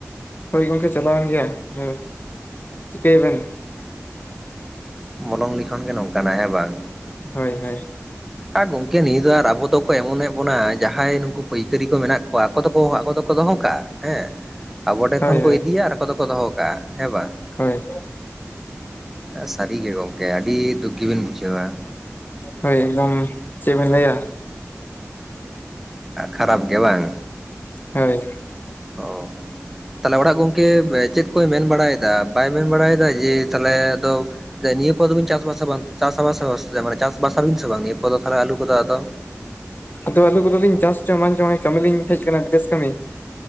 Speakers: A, on the left; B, in the centre.
A: ᱦᱩᱭ ᱜᱚᱢᱠᱮ ᱪᱟᱞᱟᱣᱮᱱ ᱜᱮᱭᱟ ᱦᱩᱸ ᱪᱤᱠᱟᱹᱭ ᱟᱵᱤᱱ
B: ᱢᱚᱞᱚᱝ ᱞᱤᱠᱷᱚᱱ ᱜᱮ ᱱᱚᱝᱠᱟᱱᱟ ᱦᱮᱸ ᱵᱟᱝ
A: ᱦᱳᱭ ᱦᱳᱭ
B: ᱟᱨ ᱜᱚᱝᱠᱮ ᱱᱤᱭᱟᱹ ᱫᱚ ᱟᱨ ᱟᱵᱚ ᱫᱚᱠᱚ ᱮᱢᱚᱱᱮᱫ ᱵᱚᱱᱟ ᱡᱟᱦᱟᱸᱭ ᱱᱩᱠᱩ ᱯᱟᱹᱭᱠᱟᱹᱨᱤ ᱠᱚ ᱢᱮᱱᱟᱜ ᱠᱚᱣᱟ ᱟᱠᱚ ᱫᱚᱠᱚ ᱟᱠᱚ ᱫᱚᱠᱚ ᱫᱚᱦᱚ ᱠᱟᱜᱼᱟ ᱦᱮᱸ ᱟᱵᱚ ᱴᱷᱮᱮ
A: ᱦᱳᱭ
B: ᱠᱷᱚᱱ
A: ᱦᱳᱭ
B: ᱠᱚ ᱤᱫᱤᱭᱟ ᱟᱠᱚ ᱫᱚᱠᱚ ᱫᱚᱦᱚ ᱠᱟᱜᱼᱟ ᱦᱮᱸ ᱵᱟᱝ
A: ᱦᱳᱭ
B: ᱥᱟᱹᱨᱤᱜᱮ ᱜᱚᱢᱠᱮ ᱟᱹᱰᱤ ᱫᱩᱠ ᱜᱮᱵᱤᱱ ᱵᱩᱡᱷᱟᱹᱣᱟ
A: ᱦᱳᱭ ᱮᱠᱫᱚᱢ ᱪᱮᱫ ᱵᱮᱱ ᱞᱟᱹᱭᱟ
B: ᱠᱷᱟᱨᱟᱯ ᱜᱮ ᱵᱟᱝ
A: ᱦᱳᱭ
B: ᱚ ᱛᱟᱦᱞᱮ ᱚᱲᱟᱜ ᱜᱚᱝᱠᱮ ᱪᱮᱫ ᱠᱚᱭ ᱢᱮᱱ ᱵᱟᱲᱟᱭᱮᱫᱟ ᱵᱟᱭ ᱢᱮᱱ ᱵᱟᱲᱟᱭᱮᱫᱟ ᱡᱮ ᱛᱟᱦᱚᱞᱮ ᱟᱫᱚ ᱱᱤᱭᱟᱹ ᱯᱚᱨ ᱫᱚᱵᱤᱱ ᱪᱟᱥᱵᱟᱥᱟ ᱵᱟᱝ? ᱪᱟᱥ ᱵᱟᱥ ᱟᱥᱮ ᱵᱟᱝ ᱢᱟᱱᱮ ᱱᱤᱭᱟᱹ ᱯᱚᱨᱮ ᱟᱞᱩ ᱠᱚᱫᱚ, ᱪᱟᱥ ᱟᱥᱮ ᱵᱟᱝ?
A: ᱟᱫᱚ ᱟᱞᱩ ᱠᱚᱫᱚᱞᱤᱧ ᱪᱟᱥ ᱪᱚ ᱵᱟᱝ ᱪᱚ, ᱠᱟᱹᱢᱤ ᱞᱤᱧ ᱦᱮᱡ ᱠᱟᱱᱟ ᱵᱤᱫᱮᱥ ᱠᱟᱹᱢᱤ᱾